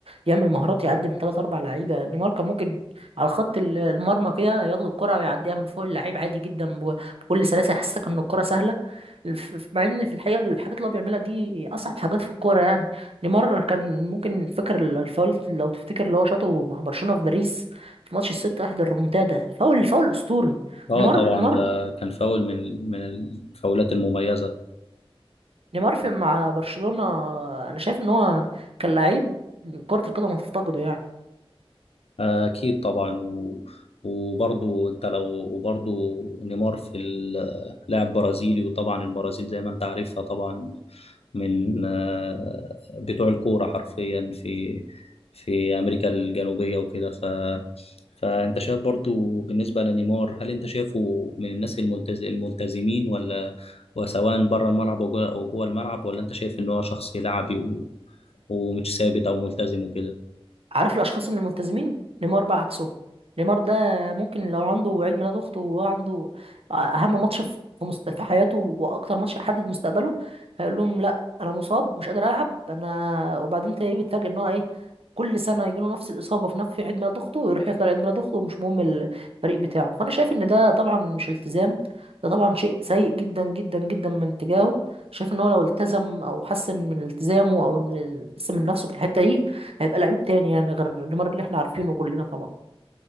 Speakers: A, on the right; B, on the left.
A: يعمل مهارات يعدي من ثلاث اربع لعيبه نيمار كان ممكن على خط ال- المرمى كده ياخد الكره ويعديها من فوق اللعيب عادي جدا ب- بكل سلاسه يحسسك ان الكره سهله الف- ف- مع ان في الحقيقه الحاجات اللي هو بيعملها دي اصعب حاجات في الكوره يعني نيمار كان ممكن فاكر ال- الفاول لو تفتكر اللي هو شاطه مع برشلونه في باريس في ماتش الستة واحد الريمونتادا فاول فاول اسطوري
B: اه
A: نيمار
B: طبعا
A: نيمار
B: ده كان فاول من من الفاولات المميزة
A: نيمار في مع برشلونة انا شايف ان هو كان لعيب كرة القدم هتفتقده يعني
B: آه، اكيد طبعا و وبرضه انت لو وبرضه نيمار في اللاعب برازيلي وطبعا البرازيل زي ما انت عارفها طبعا من آه، بتوع الكورة حرفيا في في أمريكا الجنوبية وكده ف فأنت شايف برضو بالنسبة لنيمار هل أنت شايفه من الناس الملتز... الملتزمين ولا وسواء بره الملعب أو جوه أو جوه الملعب ولا أنت شايف إن هو شخص لعبي و... ومش ثابت أو ملتزم وكده
A: عارف الاشخاص اللي ملتزمين نيمار بقى عكسه نيمار ده ممكن لو عنده عيد ميلاد اخته وهو عنده اهم ماتش في في مست... في حياته واكتر ماتش يحدد مستقبله هيقول لهم لا انا مصاب مش قادر العب انا وبعدين انت ايه بتفاجئ ان هو ايه كل سنه يجي له نفس الاصابه في نفس عيد ميلاد اخته ويروح يطلع عيد ميلاد اخته ومش مهم الفريق بتاعه فانا شايف ان ده طبعا مش التزام ده طبعا شيء سيء جدا جدا جدا من تجاهه شايف ان هو لو التزم او حسن من التزامه او إن- حسن من نفسه في الحته دي هيبقى لعيب تاني يعني غير نيمار اللي احنا عارفينه كلنا طبعا